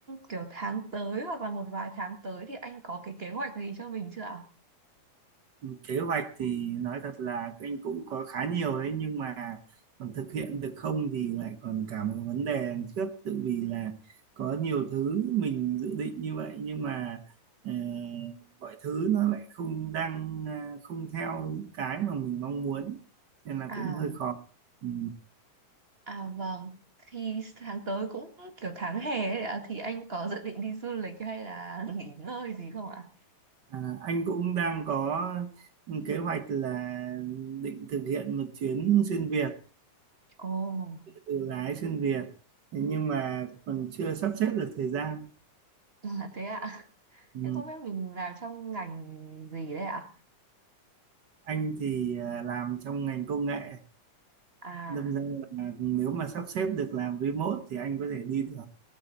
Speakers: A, on the right; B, on the right.
A: kiểu tháng tới hoặc là một vài tháng tới thì anh có cái kế hoạch gì cho mình chưa ạ?
B: Kế hoạch thì nói thật là anh cũng có khá nhiều đấy nhưng mà còn thực hiện được không thì lại còn cả một vấn đề đằng trước tự vì là có nhiều thứ mình dự định như vậy nhưng mà ờ, mọi thứ nó lại không đang ờ, không theo những cái mà mình mong muốn nên là
A: À,
B: cũng hơi khó. Ừ.
A: à vâng. Thì tháng tới cũng kiểu tháng hè ấy ạ, thì anh có dự định đi du lịch hay là <laughs> nghỉ ngơi gì không ạ?
B: À, anh cũng đang có kế hoạch là định thực hiện một chuyến xuyên Việt,
A: Ồ,
B: tự lái xuyên Việt, thế nhưng mà còn chưa sắp xếp được thời gian.
A: à, thế ạ.
B: Ừ.
A: Thế không biết mình làm trong ngành gì đấy ạ?
B: Anh thì à, làm trong ngành công nghệ,
A: À,
B: đâm ra là nếu mà sắp xếp được làm remote thì anh có thể đi được.